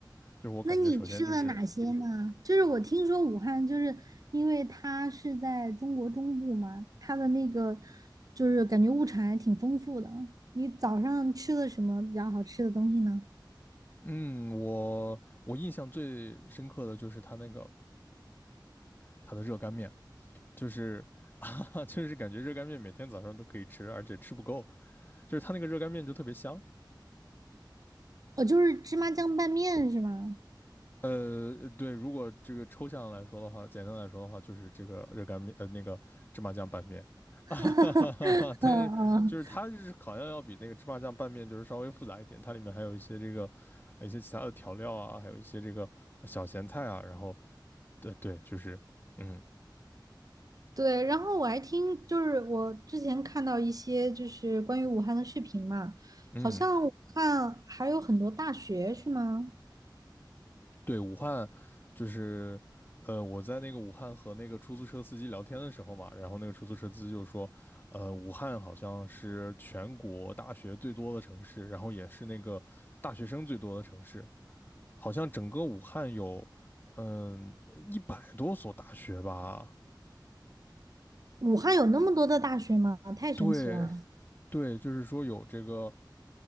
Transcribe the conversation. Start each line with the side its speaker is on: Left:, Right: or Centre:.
Left: 就是我感觉，
Right: 那你吃了哪些呢？
Left: 首先就是
Right: 就是我听说武汉，就是因为它是在中国中部嘛，它的那个就是感觉物产还挺丰富的。你早上吃了什么比较好吃的东西呢？
Left: 嗯，我我印象最深刻的就是他那个他的热干面，就是 <laughs> 哈，就是感觉热干面每天早上都可以吃，而且吃不够，就是他那个热干面就特别香。
Right: 哦，就是芝麻酱拌面是吗？
Left: 呃，对，如果这个抽象来说的话，简单来说的话，就是这个热干面，呃，那个芝麻酱拌面，
Right: <laughs>
Left: <laughs> 哈哈哈。但是就是它就是好像要比那个芝麻酱拌面就是稍微复杂一点，
Right: 嗯嗯
Left: 它里面还有一些这个一些其他的调料啊，还有一些这个小咸菜啊，然后对对，就是嗯
Right: 对，然后我还听，就是我之前看到一些就是关于武汉的视频嘛，
Left: 嗯。
Right: 好像武汉还有很多大学是吗？
Left: 对，武汉就是，呃，我在那个武汉和那个出租车司机聊天的时候嘛，然后那个出租车司机就说，呃，武汉好像是全国大学最多的城市，然后也是那个大学生最多的城市，好像整个武汉有，嗯，一百多所大学吧？
Right: 武汉有那么多的大学吗？太神奇了！
Left: 对，对，就是说有这个，